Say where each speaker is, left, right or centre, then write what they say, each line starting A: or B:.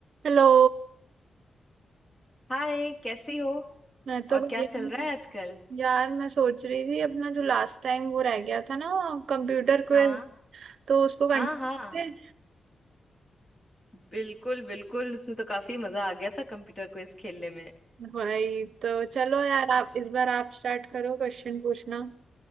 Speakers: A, on the right; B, on the left.
A: हेलो
B: हाय कैसी हो
A: मैं तो
B: और
A: बढ़िया
B: क्या चल
A: हूँ
B: रहा है आजकल
A: यार मैं सोच रही थी अपना जो लास्ट टाइम वो रह गया था ना कंप्यूटर क्विज
B: हाँ
A: तो उसको कंटिन्यू
B: हाँ हाँ बिल्कुल बिल्कुल उसमें तो काफी मजा आ गया था कंप्यूटर क्विज खेलने में
A: करें। भाई तो चलो यार
B: <laughs>
A: आप इस बार आप स्टार्ट करो क्वेश्चन पूछना